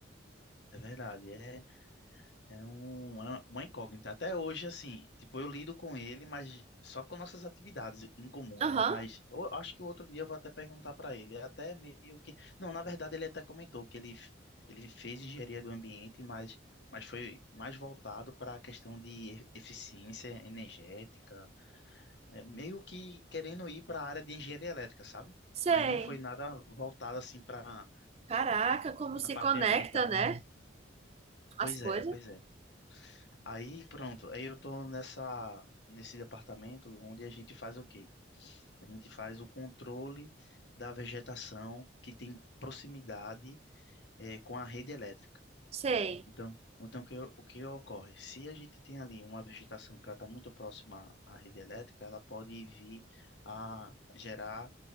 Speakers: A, on the left; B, on the right.
A: é verdade, é É um- é uma incógnita. Até hoje, assim, tipo, eu lido com ele, mas só com nossas atividades em comum,
B: Aham,
A: né? Mas eu acho que outro dia eu vou até perguntar para ele. É Até meio que. Não, na verdade, ele até comentou que ele, ele fez engenharia do ambiente, mas, mas foi mais voltado para a questão de e- eficiência energética. É, meio que querendo ir para a área de engenharia elétrica, sabe?
B: sei.
A: Mas não foi nada voltado, assim, para,
B: Caraca, como se
A: a parte
B: conecta,
A: ambiental.
B: né? As
A: Pois
B: coisas.
A: é, pois é. Aí pronto, aí eu tô nessa nesse departamento onde a gente faz o quê? A gente faz o controle da vegetação que tem proximidade eh, com a rede elétrica.
B: Sei.
A: Então, então o que, o que ocorre? Se a gente tem ali uma vegetação que ela está muito próxima à rede elétrica, ela pode vir a gerar